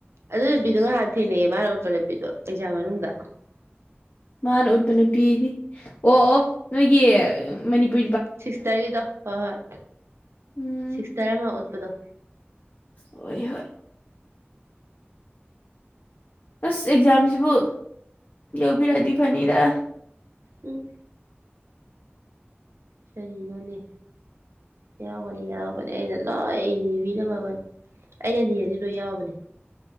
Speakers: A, on the right; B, on the left.
A: ꯑꯗꯨ ꯅꯨꯄꯤꯗꯣ ꯉꯍꯥꯟ ꯊꯦꯡꯅꯩꯑꯌꯦ ꯃꯥꯅꯄ ꯅꯨꯄꯤꯗꯣ ꯑꯦꯛꯖꯥꯝ ꯃꯅꯨꯡꯗ
B: ꯃꯥꯅ ꯎꯠꯄ ꯅꯨꯄꯤꯗꯤ ꯑꯣ ꯑꯣ ꯅꯣꯏꯒꯤ ꯃꯅꯤꯄꯨ
A: ꯁꯤꯛꯁ ꯇꯔꯈꯦꯗꯣ ꯍꯣꯏ ꯍꯣꯏ ꯑ
B: ꯎꯝ
A: ꯁꯤꯁ ꯇꯔ ꯑꯗꯣ
B: ꯑꯣꯏꯣꯏ ꯍꯣꯏ ꯑꯁ ꯑꯦꯛꯖꯥꯝꯁꯤꯕꯨ ꯌꯥꯧꯕꯕꯤꯔꯛꯑꯗꯤ ꯐꯅꯤꯔ
A: ꯎꯝ ꯀꯔꯤꯅꯣꯅꯦ ꯌꯥꯎꯒꯅꯤ ꯌꯥꯎꯒꯅꯤ ꯑꯩꯅ ꯂꯣꯏ ꯅꯤꯕꯤꯔꯝꯃꯕꯅꯤ ꯑꯩꯅꯗꯤ ꯍꯧꯖꯤ ꯂꯣꯏ ꯌꯥꯎꯕꯅꯦ